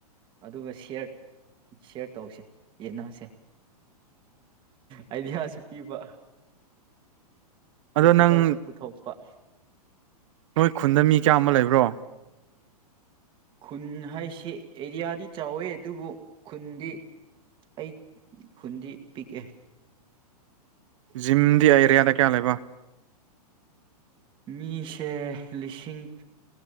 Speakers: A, on the right (about 25°); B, on the right (about 50°).
A: ꯑꯗꯨꯒ ꯁꯤ ꯁꯤꯌꯔ ꯁꯤꯌꯔ ꯇꯧꯁꯦ ꯌꯦꯟꯅꯁꯦ ꯑꯥꯏꯗꯤꯌꯥꯁꯨ ꯄꯤꯕ
B: ꯑꯗꯣ
A: ꯀꯦꯄꯤꯇꯦꯜꯁꯨ
B: ꯅꯪ
A: ꯄꯨꯊꯣꯛꯄ
B: ꯅꯣꯏ ꯈꯨꯟꯗ ꯃꯤ ꯆꯥꯝꯃ ꯂꯩꯕ꯭ꯔꯣ
A: ꯈꯨꯟ ꯍꯥꯏꯁꯤ ꯑꯦꯔꯤꯌꯥꯗꯤ ꯆꯥꯎꯋꯦ ꯑꯗꯨꯕꯨ ꯈꯨꯟꯗꯤ ꯑꯩ ꯈꯨꯟꯗꯤ ꯄꯤꯛꯑꯦ
B: ꯖꯤꯝꯗꯤ ꯑꯦꯔꯤꯌꯥꯗ ꯀꯌꯥ ꯂꯩꯕ
A: ꯃꯤꯁꯦ ꯂꯤꯁꯤꯡ